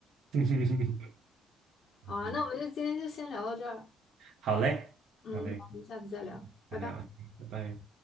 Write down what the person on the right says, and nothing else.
<laughs> 哼哼
哼
好嘞，
好嘞，
再聊啊，拜拜。